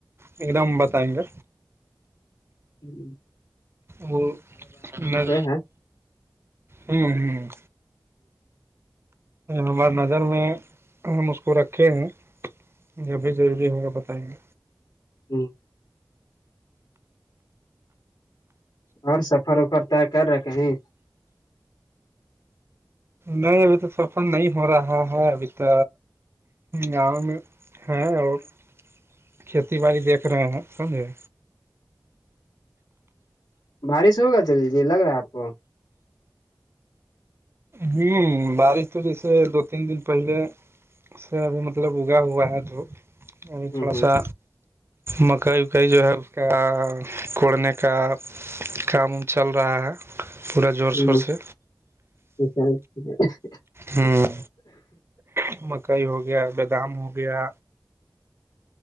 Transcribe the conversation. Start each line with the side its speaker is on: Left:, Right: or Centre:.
Right: ایک دم بتائیں گے
Left: ہوں
Right: وہ ہوں
Left: ہے
Right: ہوں ہمار نظر میں ہم اس کو رکھے ہیں جبھی ضروری ہوگا بتائیں گے
Left: ہوں اور سفر وفر طے کر رہا کہیں
Right: نہیں ابھی تو سفر نہیں ہو رہا ہے ابھی تو گاؤں میں ہاں اور کھیتی باڑی دیکھ رہے ہیں سمجھے
Left: بارش ہوگا چلی جی لگ رہا ہے آپ کو
Right: ہوں بارش تو جیسے دو تین دن پہلے سے ابھی مطلب اگا ہوا ہے تو ابھی
Left: ہ
Right: تھوڑا سا مکئی اکائی جو ہے اس کا کوڑنے کا کام وم چل رہا ہے پورے زور
Left: ہ
Right: شور سے
Left: اچھا <inaudible>
Right: ہوں تو مکئی ہو گیا بادام ہو گیا